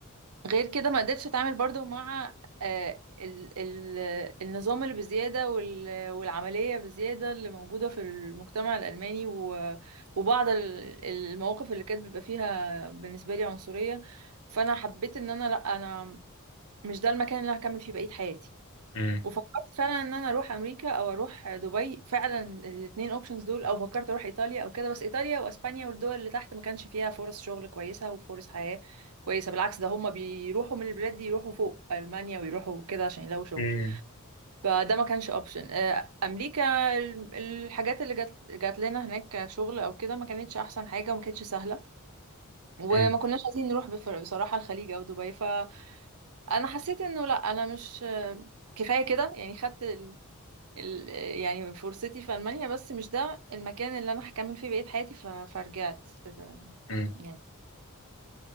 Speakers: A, on the right; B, on the left.
A: غير كده ما قدرتش اتعامل برضو مع آه، ال ال النظام اللي بزيادة وال والعملية بزيادة اللي موجودة في المجتمع الألماني و- وبعض ال- المواقف اللي كانت بيبقى فيها بالنسبة لي عنصرية فأنا حبيت إن أنا لأ أنا مش ده المكان اللي أنا هكمل فيه بقية حياتي
B: مم.
A: وفكرت فعلا ان انا اروح امريكا او اروح دبي فعلا الاثنين اوبشنز دول او فكرت اروح ايطاليا او كده بس ايطاليا واسبانيا والدول اللي تحت ما كانش فيها فرص شغل كويسه وفرص حياه كويسه بالعكس ده هم بيروحوا من البلاد دي يروحوا فوق المانيا ويروحوا كده عشان يلاقوا شغل
B: مم.
A: فده ما كانش اوبشن امريكا ال- الحاجات اللي جات جات لنا هناك كشغل او كده ما كانتش احسن حاجه وما كانتش سهله وما
B: مم.
A: كناش عايزين نروح بفر- بصراحه الخليج او دبي فانا حسيت انه لا انا مش كفايه كده يعني خدت ال- يعني فرصتي في ألمانيا بس مش ده المكان اللي أنا هكمل فيه بقية حياتي ف- فرجعت ال-
B: مم.
A: يعني